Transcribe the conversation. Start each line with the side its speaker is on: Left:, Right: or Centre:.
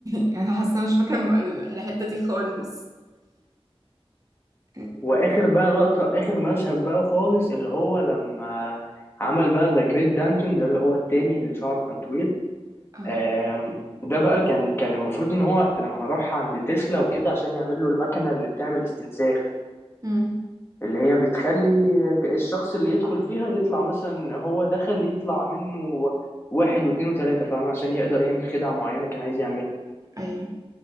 Right: <laughs> انا حاسه مش فاكره م- ال- الحته دي خالص <laughs>
Left: واخر بقى لقطة اخر مشهد بقى خالص اللي هو لما عمل بقى ذا جريت دانتون ده اللي هو التاني اللي شعره كان طويل
Right: اه
Left: آم، ده بقى كان كان المفروض ان هو لما راح عند تسلا وكده عشان يعمل له المكنة اللي بتعمل استنساخ
Right: امم
Left: اللي هي بتخلي الشخص اللي يدخل فيها يطلع مثلا هو دخل يطلع منه واحد واثنين وثلاثة فاهم عشان يقدر يعمل خدعة معينة كان عايز يعملها
Right: ايوه